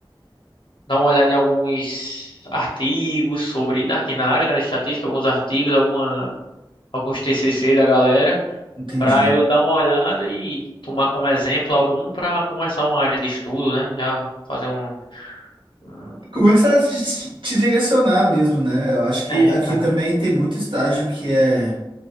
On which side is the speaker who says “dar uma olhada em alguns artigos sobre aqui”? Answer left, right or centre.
Left